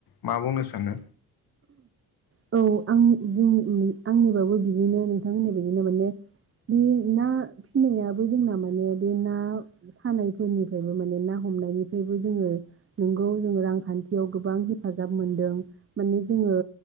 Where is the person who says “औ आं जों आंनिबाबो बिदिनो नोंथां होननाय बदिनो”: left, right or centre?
Right